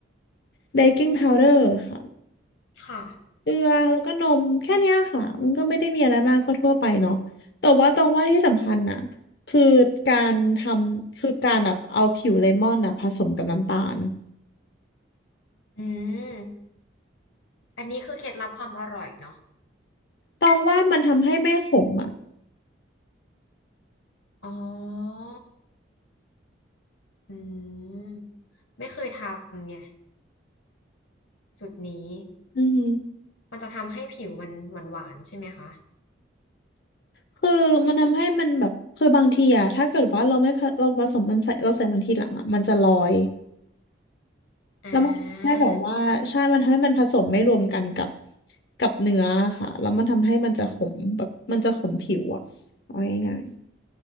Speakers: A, on the left; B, on the left.
A: เบกกิ้งพาวเดอร์ค่ะ
B: ค่ะ
A: เกลือแล้วก็นมแค่เนี้ยค่ะมันก็ไม่ได้มีอะไรมากก็ทั่วไปเนาะแต่ว่าตองว่าที่สำคัญน่ะคือการทำคือการแบบเอาผิวเลมอนน่ะผสมกับน้ำตาล
B: อืมอันนี้คือเคล็ดลับความอร่อยเนาะ
A: ตองว่ามันทำให้ไม่ขมอ่ะ
B: อ๋ออืมไม่เคยทำไงจุดนี้
A: อือหือ
B: มันจะทำให้ผิวมันหวานๆใช่ไหมคะ
A: คือมันทำให้มันแบบคือบางทีอะถ้าเกิดว่าเราไม่ผเราผสมมันใส่เราใส่มันทีหลังอะมันจะลอย
B: อ่
A: แล้วมันทำให้แบบว่าใช่มันทำให้มันผสมไม่รวมกันกับ
B: า
A: กับเนื้อค่ะแล้วมันทำให้มันจะขมแบบมันจะขมผิวอะเอาง่าย